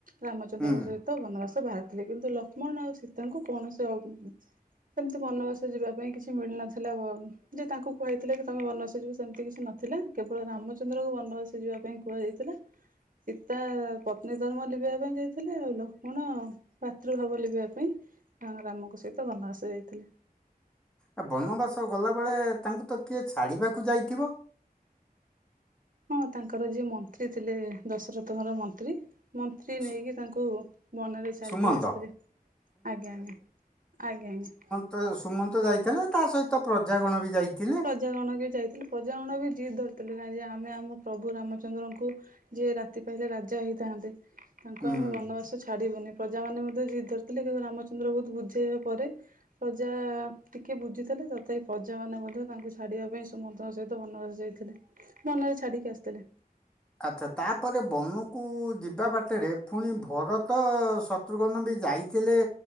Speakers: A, on the right; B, in the centre.
A: ରାମଚନ୍ଦ୍ରଙ୍କ
B: ହୁଁ
A: ସହିତ ବନବାସ ବାହାରିଥିଲେ କିନ୍ତୁ ଲକ୍ଷ୍ମଣ ଆଉ ସୀତାଙ୍କୁ କୌଣସି ଅ ସେମିତି ବନବାସ ଯିବା ପାଇଁ କିଛି କି ମିଳି ନଥିଲା ଯେ ତାଙ୍କୁ କୁଆଇଥିଲେ କି ତମେ ବନବାସୀ ଯିବ ସେମିତି କିଛି ନଥିଲା। କେବଳ ରାମଚନ୍ଦ୍ର କ ବନବାସୀ ସେ ଯିବା ପାଇଁ କୁହାଯାଇଥିଲା।
B: ହା
A: ସୀତା ପତ୍ନୀ ଧର୍ମ ଲିଭିବା ପାଇଁ ଯାଇଥିଲେ ଆଉ ଲକ୍ଷ୍ମଣ ଭାତୃଭାବ ଲିଭିବା ପାଇଁ। ତାଙ୍କ ରାମଙ୍କ ସହିତ ବନବାସ ଯାଇଥିଲେ।
B: ଏ ବନବାସ ଗଲାବେଳେ ତାଙ୍କୁ ତ କିଏ ଛାଡ଼ିବାକୁ ଯାଇଥିବ?
A: ହଁ ତାଙ୍କର ଯିଏ ମନ୍ତ୍ରୀ ଥିଲେ ଦଶରଥଙ୍କର ମନ୍ତ୍ରୀ। ମନ୍ତ୍ରୀ
B: ସୁ-
A: ନେଇକି ତାଙ୍କୁ ବନାରେ ଛଡି
B: ସୁମନ୍ତ
A: ଦେଇ ଆସିଥିଲେ। ଆଜ୍ଞା ଆଜ୍ଞା। ଆଜ୍ଞା ଆଜ୍ଞା।
B: ତ ସୁମନ୍ତ ଯାଇଥିଲେ ତା ସହିତ ପ୍ରଜାଗଣ ବି ଯାଇଥିଲେ।
A: ପ୍ରଜାଗଣ କେ ଯାଇଥିଲେ। ପ୍ରଜାଗଣ ବି ଜିଦ୍ ଧରିଥିଲେ ନାଇଁ ଯେ ଆମେ ଆମ ପ୍ରଭୁ ରାମଚନ୍ଦ୍ରଙ୍କୁ ଯିଏ ରାତି ପାହିଲେ ରାଜା ହେଇଥାନ୍ତେ, ତାଙ୍କୁ
B: ହୁଁ
A: ଆମେ ବନବାସ ଛାଡ଼ିବୁନି। ପ୍ରଜାମାନେ ମଧ୍ୟ ଜି ଧରିଥିଲେ କିନ୍ତୁ ରାମଚନ୍ଦ୍ର ବୋଧ ବୁଝେଇବା ପରେ ପ୍ରଜା ଟିକେ ବୁଝିଥିଲେ ତଥାପି ପ୍ରଜାମାନେ ମଧ୍ୟ ତାଙ୍କୁ ଛାଡିବା ପାଇଁ ସୁମନ୍ତଙ୍କ ସହିତ ବନବାସ ଯାଇଥିଲେ। ବନରେ ଛାଡିକି ଆସିଥିଲେ।
B: ଆଚ୍ଛା ତାପରେ ବନକୁ ଯିବା ବାଟରେ ପୁଣି ଭରତ ସତ ଶତ୍ରୁଘନ ବି ଯାଇଥିଲେ